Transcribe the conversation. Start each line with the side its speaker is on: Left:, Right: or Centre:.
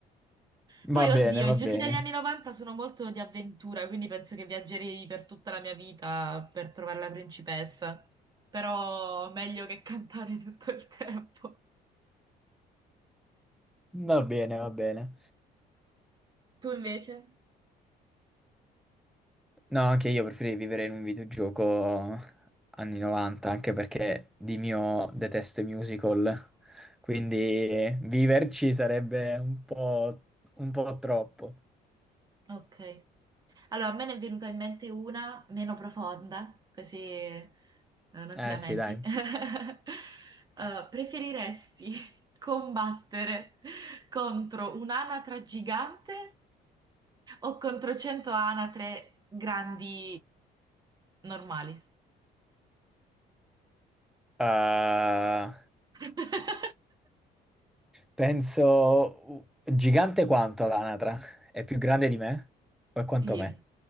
Right: Poi,
Centre: Va
Right: oddio,
Centre: bene,
Right: i
Centre: va
Right: giochi
Centre: bene.
Right: degli anni 90 sono molto di avventura, quindi penso che viaggerei per tutta la mia vita per trovare la principessa. Però meglio che cantare tutto il tempo.
Centre: Va bene, va bene.
Right: Tu invece?
Centre: No, anche io preferirei vivere in un videogioco anni 90, anche perché di mio detesto i musical, quindi viverci sarebbe un po', un po' troppo.
Right: Ok. Allora, a me ne è venuta in mente una meno profonda, così eh, non
Centre: Eh
Right: ti lamenti.
Centre: sì, dai.
Right: <laughs> Eh, preferiresti <laughs> combattere contro un'anatra gigante o contro 100 anatre grandi normali?
Centre: Eh,
Right: <laughs>
Centre: penso gigante quanto l'anatra? È più grande di me? O è quanto
Right: Sì,
Centre: me?